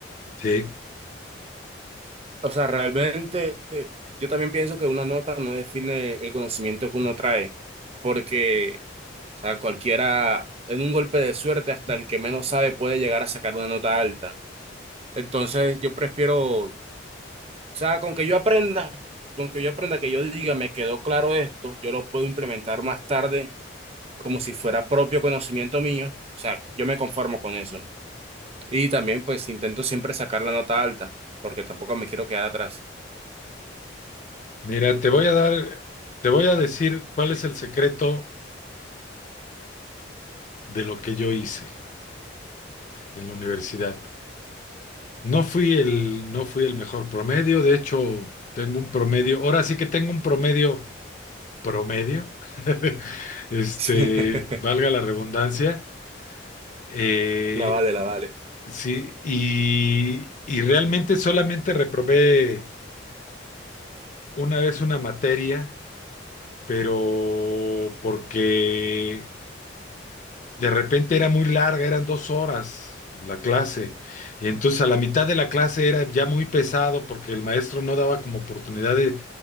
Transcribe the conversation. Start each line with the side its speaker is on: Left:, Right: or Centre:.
Left: Sí,
Right: O sea, realmente eh, yo también pienso que una nota no define el conocimiento que uno trae, porque, o sea, cualquiera, en un golpe de suerte, hasta el que menos sabe puede llegar a sacar una nota alta. Entonces, yo prefiero, o sea, con que yo aprenda, con que yo aprenda, que yo diga, me quedó claro esto, yo lo puedo implementar más tarde como si fuera propio conocimiento mío. O sea, yo me conformo con eso. Y también, pues, intento siempre sacar la nota alta, porque tampoco me quiero quedar atrás.
Left: mira, te voy a dar, te voy a decir cuál es el secreto de lo que yo hice en la universidad. No fui el, no fui el mejor promedio, de hecho tengo un promedio, ahora sí que tengo un promedio promedio, <laughs> este,
Right: <laughs>
Left: valga la redundancia, eh,
Right: La vale, la vale.
Left: sí, y, y realmente solamente reprobé una vez una materia, pero porque De repente era muy larga, eran dos horas la clase. Y entonces a la mitad de la clase era ya muy pesado porque el maestro no daba como oportunidad de,